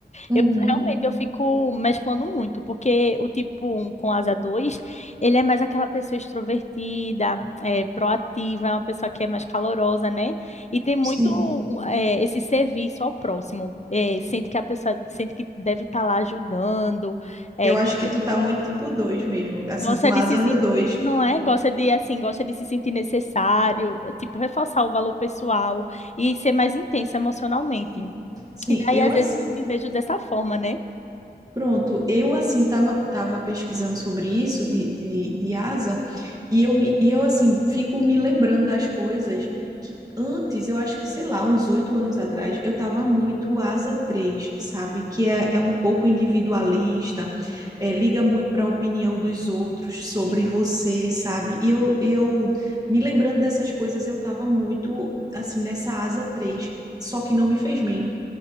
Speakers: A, on the right; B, on the left.
A: Uhum,
B: Eu realmente eu fico mesclando muito, porque o tipo um com asa 2 ele é mais aquela pessoa extrovertida, é, proativa, é uma pessoa que é mais calorosa, né? E tem muito
A: sim.
B: é, esse serviço ao próximo. É, sente que a pessoa sente que deve estar lá ajudando, é,
A: Eu
B: gosta
A: acho que tu tá muito tipo 2 mesmo, assim,
B: Gosta
A: com asa
B: de se sentir,
A: no dois
B: não é? Gosta de, assim, gosta de se sentir necessário, tipo, reforçar o valor pessoal e ser mais intensa emocionalmente.
A: Sim. Sim,
B: E daí,
A: eu,
B: às
A: assim
B: vezes, eu me vejo dessa forma, né?
A: Pronto, eu assim tava, tava pesquisando sobre isso de, de, de asa e eu, me, e eu assim fico me lembrando das coisas que antes, eu acho que sei lá, uns oito anos atrás, eu tava muito asa três sabe? Que é, é um pouco individualista, é, liga muito para a opinião dos outros
B: Sim,
A: sobre você, sabe? E eu, e eu me lembrando dessas coisas, eu tava muito assim nessa asa três só que não me fez bem